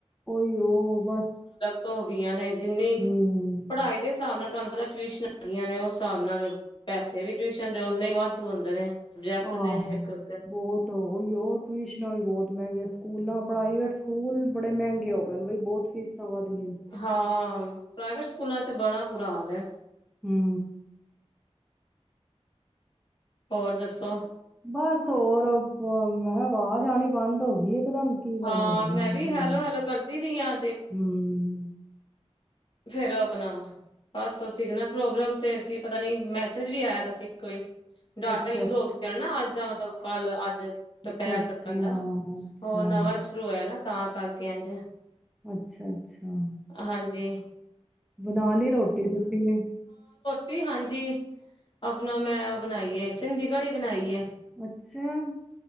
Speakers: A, in the centre; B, on the left.
A: ਕੋਈ ਉਹ ਬਸ
B: ਧੋਬੀਆਂ ਨੇ ਜਿੰਨੀ
A: ਹੂੰ।
B: ਪੜ੍ਹਾਈ ਦੇ ਹਿਸਾਬ ਨਾਲ ਤੁਹਾਨੂੰ ਪਤਾ ਟਿਊਸ਼ਨਨਾਂ ਬੜੀਆਂ ਨੇ ਉਸ ਹਿਸਾਬ ਨਾਲ ਪੈਸੇ ਵੀ ਟਿਊਸ਼ਨ ਕੇਂਦੇ ਓਨੇ ਈ ਵਾਧੂ ਹੁੰਦੇ ਨੇ ਸਬਜੈਕਟ
A: ਆਹੋ
B: ਦੇ ਇੱਕ ਉਤੇ।
A: ਬੋਤ ਔਈਓ ਟਊਸ਼ਨਾਂ ਵੀ ਬਹੁਤ ਮੈਂ ਕਿਹਾ ਸਕੂਲਾਂ ਪੜਾਈਵੇਟਸ ਸਕੂਲ ਬੜੇ ਮਹਿੰਗੇ ਹੋ ਗਏ ਨੇ ਬਈ ਬੋਤ ਫੀਸ ਸਾ ਵੱਧ ਗਈਆਂ ਨੇ।
B: ਹਾਂ ਪ੍ਰਾਈਵੇਟ ਸਕੂਲਾਂ ਚ ਬੜਾ ਬੁਰਾ ਹਾਲ ਏ।
A: ਹੁੰ।
B: ਹੋਰ ਦੱਸੋ
A: ਬਸ ਹੋਰ <unintelligible> ਮੈਂ ਹਾ ਆਵਾਜ਼ ਆਣੀ ਬੰਦ ਹੋ ਗਈ ਏ। ਪਤਾ ਨੀ ਇਕਦਮ ਕੀ ਗੱਲ
B: ਹਾਂ
A: ਹੋ ਗਈ
B: ਮੈਂ
A: ਹੈ।
B: ਵੀ ਹੈਲੋ ਹੈਲੋ ਕਰਦੀ ਰਹੀ ਹਾਂ
A: ਹੁਅਅਅ
B: ਫਿਰ ਆਪਣਾ ਬਸ ਸਿਗਨਲ ਪ੍ਰੋਗਰਾਮ ਤੇ ਅਸੀਂ ਪਤਾ ਨਹੀਂ ਮੈਸੇਜ ਵੀ ਆਇਆ ਸੀ ਕੋਈ। ਡਾਟਾ
A: ਅੱਛਾ
B: ਯੂਜ
A: ਅੱਛਾ
B: ਹੋ ਗਿਆ ਨਾ ਅੱਜ ਦਾ ਮਤਲਬ ਕੱਲ ਅੱਜ ਦੁਪਹਿਰ
A: ਅੱਛਾ ਅੱਛਾ
B: ਤੱਕ ਦਾ ਹੋਰ ਨਵਾਂ ਸ਼ੁਰੂ ਹੋਇਆ ਨਾ ਤਾਂ ਕਰਕੇ ਇੰਜ
A: ਅੱਛਾ ਅੱਛਾ ਆ
B: ਹਾਂਜੀ।
A: ਬਣਾ ਲਈ ਰੋਟੀ ਤੁਸੀਂ!
B: ਦੀਦੀ ਹਾਂਜੀ ਆਪਣਾ ਮੈਂ ਉਹ ਬਣਾਈਏ ਸਿੰਧੀ ਘੜੀ ਬਣਾਈਏ।
A: ਅੱਛਾ ਆਆ